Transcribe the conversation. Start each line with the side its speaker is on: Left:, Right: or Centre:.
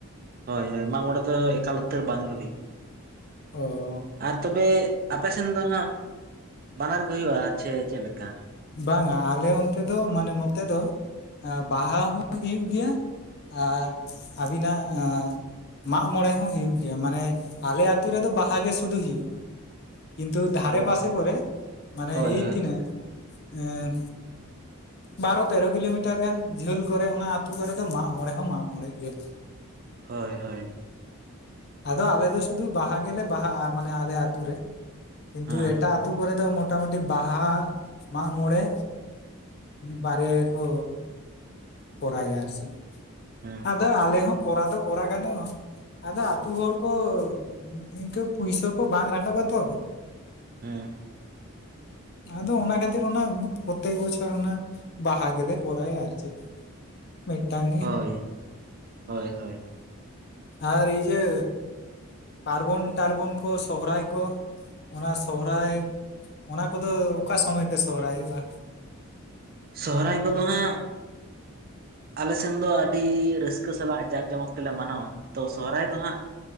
Right: ᱦᱳᱭ ᱦᱳᱭ, ᱢᱟᱜ ᱢᱚᱬᱮ ᱫᱚ ᱮᱠᱟᱞ ᱩᱛᱟᱹᱨ ᱵᱟᱝ ᱜᱮ ᱦᱩᱭᱩᱜᱼᱟ ᱾
Left: ᱚ
Right: ᱟᱨ ᱛᱚᱵᱮ, ᱟᱯᱮᱥᱮᱱ ᱫᱚ ᱦᱟᱸᱜ ᱵᱟᱱᱟᱨ ᱜᱮ ᱦᱩᱭᱩᱜᱼᱟ ᱥᱮ ᱪᱮᱫ ᱞᱮᱠᱟ?
Left: ᱵᱟᱝᱟ ᱟᱞᱮ ᱚᱱᱛᱮ ᱫᱚ ᱢᱟᱱᱮ ᱱᱚᱛᱮ ᱫᱚ ᱵᱟᱦᱟ ᱦᱚᱸ ᱦᱩᱭᱩᱜ ᱜᱮᱭᱟ ᱾ ᱟ ᱟᱹᱵᱤᱱᱟᱜ ᱟᱼᱼ ᱢᱟᱜ ᱢᱚᱬᱮ ᱦᱚᱸ ᱦᱩᱭᱩᱜ ᱜᱮᱭᱟ, ᱢᱟᱱᱮ ᱟᱞᱮ ᱟᱛᱩ ᱨᱮᱫᱚ ᱵᱟᱦᱟ ᱜᱮ ᱥᱩᱫᱷᱩ ᱦᱩᱭᱩᱜᱼᱟ ᱾ ᱠᱤᱱᱛᱩ ᱫᱷᱟᱨᱮ
Right: ᱚ
Left: ᱯᱟᱥᱮ ᱠᱚᱨᱮ, ᱢᱟᱱᱮ
Right: ᱦᱳᱭ
Left: ᱮ
Right: ᱦᱳᱭ
Left: ᱛᱤᱱᱮ <unintelligible> ᱟᱼᱼ ᱵᱟᱨᱚ ᱛᱮᱨᱚ ᱠᱤᱞᱳᱢᱤᱴᱟᱨ ᱜᱟᱱ ᱡᱷᱟᱹᱞ ᱠᱚᱨᱮ ᱚᱱᱟ ᱟᱹᱛᱩ ᱠᱚᱨᱮ ᱫᱚ ᱢᱟᱜ ᱢᱚᱬᱮ ᱦᱚᱸ ᱢᱟᱜ ᱢᱚᱬᱮᱜ ᱜᱮᱭᱟ ᱾ <unintelligible>
Right: ᱦᱳᱭ ᱦᱳᱭ ᱾
Left: ᱟᱫᱚ ᱟᱞᱮ ᱫᱚ ᱥᱩᱫᱩ ᱵᱟᱦᱟ ᱜᱮᱞᱮ ᱵᱟᱦᱟᱜᱼᱟ, ᱢᱟᱱᱮ ᱟᱞᱮ ᱟᱛᱩ ᱨᱮ ᱾ ᱠᱤᱱᱛᱩ
Right: ᱦᱮᱸ
Left: ᱮᱴᱟᱜ
Right: ᱦᱮᱸ
Left: ᱟᱹᱛᱩ ᱠᱚᱨᱮ ᱫᱚ ᱢᱳᱴᱟᱢᱩᱴᱤ ᱵᱟᱦᱟᱼᱼ ᱢᱟᱜ ᱢᱚᱬᱮ ᱵᱟᱨᱭᱟ ᱜᱮ ᱠᱚᱼᱼ ᱠᱚᱨᱟᱭ ᱟᱨᱥ <unintelligible> ᱤ
Right: ᱦᱮᱸ
Left: ᱟᱫᱚ ᱟᱞᱮ ᱦᱚᱸ ᱠᱚᱨᱟᱣ ᱫᱚ ᱠᱚᱨᱟᱣ ᱜᱟᱱᱚᱜᱻᱟ, ᱟᱫᱚ ᱟᱹᱛᱩ ᱦᱚᱲ ᱠᱚᱼᱼ ᱠᱤᱱᱛᱩ ᱯᱩᱭᱥᱟᱹ ᱠᱚ ᱵᱟᱝ ᱨᱟᱠᱟᱵᱼᱟ ᱛᱚ᱾
Right: ᱦᱮᱸ
Left: ᱟᱫᱚ ᱚᱱᱟ ᱠᱷᱟᱹᱛᱤᱨ ᱚᱱᱟ ᱯᱨᱚᱛᱛᱮᱠ ᱵᱚᱪᱷᱚᱨ ᱚᱱᱟ ᱵᱟᱦᱟ ᱜᱮᱞᱮ ᱠᱚᱨᱟᱭᱟ ᱟᱨ ᱪᱮᱫ ᱾ ᱢᱤᱫᱴᱟᱝ ᱜᱮ
Right: ᱦᱳᱭ ᱦᱳᱭ ᱦᱳᱭ
Left: ᱟᱨ ᱤᱭᱟᱹ, ᱯᱟᱨᱵᱚᱱ ᱴᱟᱨᱵᱚᱱ ᱠᱚ ᱥᱚᱦᱨᱟᱭ ᱠᱚ ᱾ ᱚᱱᱟ ᱥᱚᱦᱨᱟᱭ, ᱚᱱᱟ ᱠᱚᱫᱚ ᱚᱠᱟ ᱥᱚᱢᱚᱭ ᱯᱮ ᱥᱚᱦᱨᱟᱭᱚᱜᱼᱟ?
Right: ᱥᱚᱦᱨᱟᱭ ᱠᱚᱫᱚ ᱦᱟᱸᱜ, ᱟᱞᱮ ᱥᱮᱱ ᱫᱚ ᱟᱹᱰᱤ ᱨᱟᱹᱥᱼᱼ ᱨᱟᱹᱥᱠᱟᱹ ᱥᱟᱞᱟᱜ ᱡᱟᱠ ᱡᱚᱢᱚᱠ ᱛᱮᱞᱮ ᱢᱟᱱᱟᱣᱟ, ᱛᱚ ᱥᱚᱨᱦᱟᱭ ᱫᱚ ᱦᱟᱸᱜ